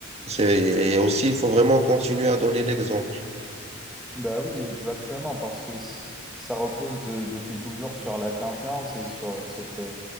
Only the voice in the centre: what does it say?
ben oui, exactement, parce que c- ça repose de- depuis toujours sur la confiance et sur cette, euh,